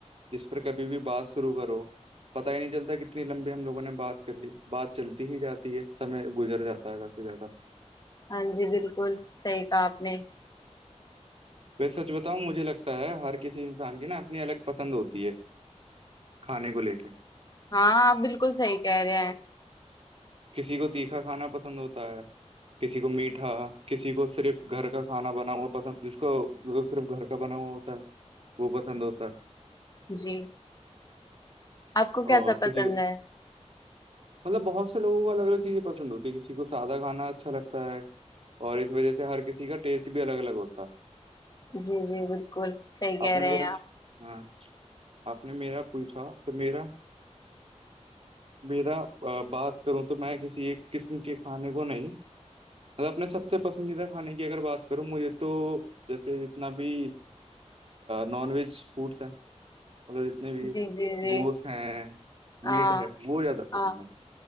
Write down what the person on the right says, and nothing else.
جس پر کبھی بھی بات شرع کرو پتا ہی نہیں چلتا کتنی لمبی ہم لوگوں نے بات کر لی بات چلتی ہی جاتی ہے سمے گزر جاتا ہے ا ٹھ ہے تھا
سچ بتاؤں مجھے لگتا ہے ہر کسی انسان کی نا اپنی الگ پسند ہوتی ہے کھانے کو لے کے
کسی کو تیکھا کھانا پسند ہوتا ہے کسی کو میٹھا کسی کو صرف گھر کا کھانا بنا ہوا پسند جس کو ل صرف گھر کا بنا ہوا ہوتا ہے وہ پسند ہوتا ہے
او
کسی کو
مطلب بہت سے لوگوں کو الگ الگیزیں پسند ہوتی ہے کسی کو سادہ کانا اچھا لگتا ہے اور اس وجہ سے ہر کسی کا ٹیسٹ بھی الگ الگ ہوتا
نے
میرا
ہاں آپ نے میرا پوچھا تو میرا میرا بات کروں تو میں کسی ایک قسم کے کھانے کو نہیں اپنے سب سے پسندیدہ کھانے کی اگر بات کروں مجھے تو جیسے جتنا بھی نان ویج فوڈس ہیں مطلب جتنے بھی
گوت ہیں
میٹ ہے وہ زیادہ پسند
ہے